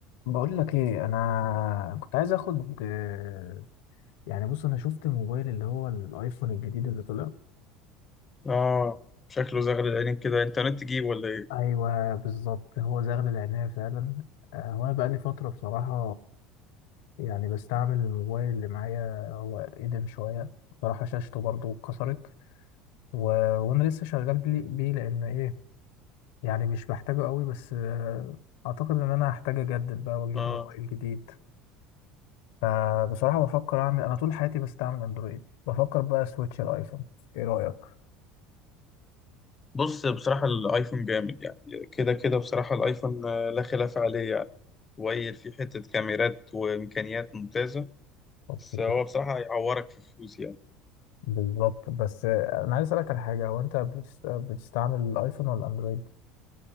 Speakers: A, on the left (about 80°); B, on the left (about 25°).
A: بقول لك ايه انا كنت عايز اخد آه، يعني بص انا شفت الموبايل اللي هو الايفون الجديد اللي طلع
B: اه شكله زغل العينين كده انترنت تجيب ولا ايه
A: ايوه بالظبط هو زغل العناية فعلا آه، وانا بقالي فترة بصراحة يعني بستعمل الموبايل اللي معايا هو قديم شوية بصراحة شاشته برضو اتكسرت و... وانا لسه شغال بلي- بيه لان ايه يعني مش بحتاجه قوي بس آه، اعتقد ان انا هحتاج اجدد بقى واجيب
B: اه
A: موبايل جديد فبصراحة بفكر أعمل أنا طول حياتي بستعمل أندرويد بفكر بقى سويتش الأيفون إيه رأيك؟
B: بص بصراحة الايفون جامد يعني كده كده بصراحة الايفون آه، لا خلاف عليه يعني ويل فيه حتة كاميرات وامكانيات ممتازة
A: اوكي
B: بس هو بصراحة هيعورك في فلوس يعني
A: بالظبط بس آه، أنا عايز أسألك على حاجة هو أنت بتست... بتستعمل الأيفون ولا أندرويد؟